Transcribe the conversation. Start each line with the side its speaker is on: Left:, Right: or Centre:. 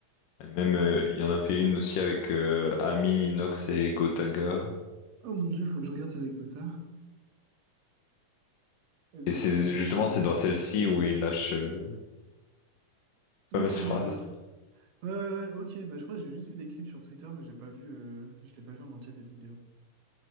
Left: Même, euh, il y en a fait une aussi avec euh, Amin, Inox et Gotaga.
Right: Oh mon Dieu, faut que je regarde celle avec anecdote. Elle
Left: Et
Right: doit
Left: c'est
Right: être bien, elle
Left: justement,
Right: doit être fin
Left: c'est
Right: drôle.
Left: dans celle-ci où il lâche euh,
Right: Ok,
Left: la fameuse phrase.
Right: d'accord. Ouais, ouais, ouais, ok. Bah, je crois que j'ai juste vu des clips sur Twitter, mais j'ai pas vu, euh, je l'ai pas vu en entier cette vidéo.